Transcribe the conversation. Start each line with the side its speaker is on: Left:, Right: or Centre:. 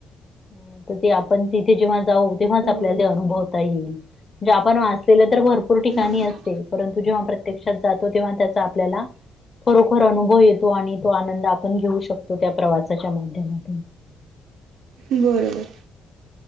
Left: हो, तर ते आपण तिथे जेव्हा जाऊ- तेव्हाच
Right: हो
Left: आपल्याला ते अनुभवता येईल, म्हणजे आपण वाचलेले तर भरपूर ठिकाणी
Right: बरोबर.
Left: असते- परंतु जेव्हा प्रत्यक्षात जातो, तेव्हा त्याचा आपल्याला- खरोखर अनुभव येतो आणि तो आनंद आपण घेऊ शकतो, त्या प्रवासाच्या माध्यमातून.
Right: बरोबर.